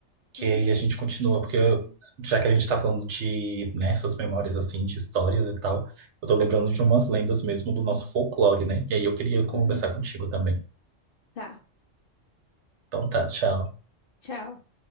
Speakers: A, on the right; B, on the left.
A: que
B: Uhum,
A: aí a gente continua, porque eu- já que a gente tá falando de, né, essas memórias assim, de histórias e tal, eu tô lembrando de umas lendas mesmo do nosso folclore, né? E aí eu queria conversar
B: uhum.
A: contigo também.
B: Tá,
A: Então tá, tchau.
B: tchau.